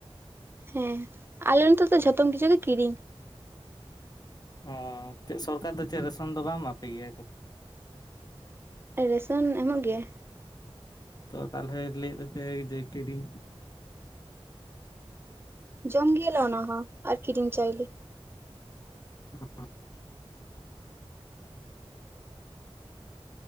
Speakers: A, on the right; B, on the left.
A: ᱦᱮᱸ ᱟᱞᱮ ᱱᱚᱛᱮ ᱫᱚ ᱡᱷᱚᱛᱚᱢ ᱠᱤᱪᱷᱩ ᱜᱮ ᱠᱤᱨᱤᱧ᱾
B: ᱚᱻ ᱪᱮᱫ ᱥᱚᱨᱠᱟᱨ ᱫᱚ ᱪᱮᱫ ᱨᱮᱥᱚᱱ ᱫᱚ ᱵᱟᱭ ᱮᱢᱟᱯᱮ ᱜᱮᱭᱟ?
A: ᱨᱮᱥᱚᱱ ᱮᱢᱚᱜ ᱜᱮᱭᱟ᱾
B: ᱛᱚ, ᱛᱟᱞᱦᱮ ᱞᱟᱹᱭᱮᱫ ᱫᱚᱞᱮ ᱡᱮ ᱠᱤᱨᱤᱧ᱾
A: ᱡᱚᱢ ᱜᱮᱭᱟᱞᱮ ᱚᱱᱟ ᱦᱚᱸ ᱟᱨ ᱠᱤᱨᱤᱧ ᱪᱟᱣᱞᱮ᱾
B: <unintelligible>